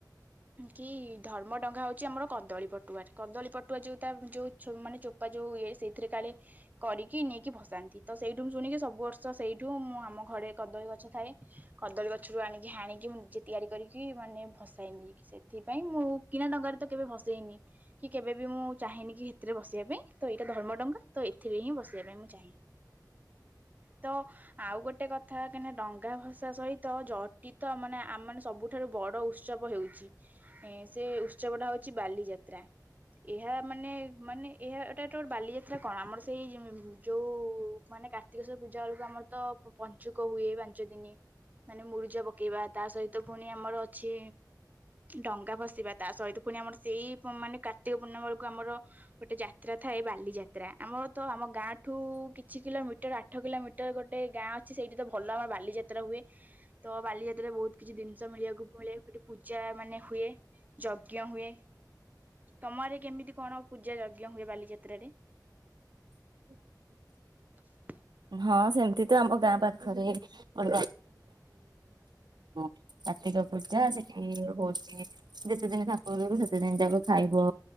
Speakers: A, on the right; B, on the right.
A: କି ଧର୍ମ ଡଙ୍ଗା ହଉଛି, ଆମର କଦଳୀ ପଟୁଆରେ, କଦଳୀ ପଟୁଆ ଯୋଉ ତା ଯୋଉ ମାନେ ଚୋପା ଯୋଉ ଇଏ, ସେ ସେଥିରେ କାଳେ କରିକି ନେଇକି ଭସାନ୍ତି, ତ ସେଇଠୁ ଶୁଣିକି ସବୁ ବର୍ଷ ସେଇଠୁ ମୁଁ, ଆମ। କଦଳୀ ଗଛ ଥାଏ, କଦଳୀ ଗ ଗଛରୁ ଆଣିକି ହାଣିକି ମୁଁ, ନିଜେ ତିଆରି କରିକି ମାନେ ଭସେଇନି, ସେଥିପାଇଁ ମୁଁ କିଣା ଡଙ୍ଗାରେ ତ କେବେ ଭସେଇନି, କି କେବେ ବି ମୁଁ ଚାହେଁନି, କି ସେଥିରେ ଭସେଇବା ପାଇଁ ତ ଏଇଟା ଧର୍ମ ଡଙ୍ଗା ତ ଏଥିରେ ହିଁ ଭସେଇବା ପାଇଁ ମୁଁ ଚାହେଁ, ତ ଆଉ ଗୋଟେ କଥା। କଥା କାହିଁକିନା ଡଙ୍ଗା ଭସା ସହିତ ଜଟିିତ ମାନେ ଆମ ମାନେ ସବୁଠାରୁ ବଡ ଉତ୍ସବ ହେଉଛି, ସେ ଉତ୍ସବଟା ହଉଛି ବାଲିଯାତ୍ରା, ଏହା। ମାନେ, ମାନେ ଏହା ଏଟା ଗୋଟେ ବାଲିଯା କଣ ଆମର ସେଇ ଯୋଉ, ମାନେ କାର୍ତ୍ତିକେସୋର ପୂଜା ବେଳକୁ ଆମର ତ ପ ଞ୍ଚୁକ ହୁଏ, ପାଞ୍ଚ ଦିନି ମାନେ ମୁରୁଜ ପକେଇବା, ତା ସହିତ ପୁଣି ଆମର ଅଛି ଡଙ୍ଗା ଭସିବା, ତା ସହିତ ପୁଣି ଆମର ସେଇ ମାନେ କାର୍ତ୍ତିକ ପୂର୍ଣ୍ଣିମା ବେଳକୁ ଆମର ଗୋଟେ ଯାତ୍ରା ଥାଏ, ବାଲିଯାତ୍ରା ଆମର ତ ଆମ ଗାଁ ଠୁ କିଛି କିଲୋମିଟର ଆଠ କିଲୋମିଟର ଗୋଟେ ଗାଁ ଅ ସେଇଠି ତ ଭଲ ଆମର ବାଲିଯାତ୍ରା ହୁଏ, ତ ବାଲିଯାତ୍ରାରେ ବହୁତ କିଛି ଜିନିଷ ମିଳିବାକୁ ମିଳେ, ସେଠି ପୂଜା ମାନେ ହୁଏ, ଯଜ୍ଞ ହୁଏ, ତମଆରେ କେମିତି କଣ ପୂଜା ଯଜ୍ଞ ହୁଏ, ବାଲିଯାତ୍ରାରେ।
B: <inaudible>
A: ହ <inaudible>
B: ହଁ, ସେମତି ତ ଆମ ଗାଁ ପାଖରେ ର ବ <inaudible> କାର୍ତ୍ତିକ ପୂଜା ସେଠି ହଉଛି ଯେତେ ଦିନ ଠାକୁୁର ସେତେ ଦିନ ଯାକ ଖାଇବ